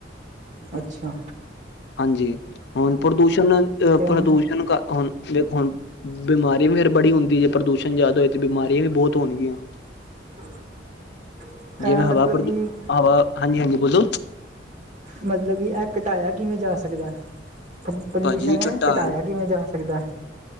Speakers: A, on the right; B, on the left.
A: ਅੱਛਾ।
B: ਹਾਂਜੀ ਹੁਣ ਪ੍ਰਦੂਸ਼ਣ ਅਹ
A: ਤੇ
B: ਪ੍ਰਦੂਸ਼ਣ
A: ਹੁਣ
B: ਹੁਣ ਦੇਖੋ ਹੁਣ ਬਿਮਾਰੀਆਂ ਵੀ ਫੇਰ ਬੜੀ ਹੁੰਦੀ ਏ, ਜੇ ਪ੍ਰਦੂਸ਼ਣ ਜ਼ਿਆਦਾ ਹੋਏ ਤੇ ਬਿਮਾਰੀਆਂ ਵੀ ਬਹੁਤ ਹੋਣਗੀਆਂ।
A: <inaudible> ਇਹ
B: ਜਿਵੇਂ
A: ਮਤਲਬ
B: ਹਵਾ ਪ੍ਰਦੂ
A: ਕਿ
B: ਹਵਾ ਹਾਂਜੀ ਹਾਂਜੀ ਬੋਲੋ।
A: ਮਤਲਬ ਕਿ ਇਹ ਘਟਾਇਆ ਕਿਵੇਂ ਜਾ ਸਕਦਾ ਏ, ਪੋਲਿਊਸ਼ਨ
B: ਭਾਜੀ ਘਟਾ
A: ਘਟਾਇਆ ਕਿਵੇਂ ਜਾ ਸਕਦਾ।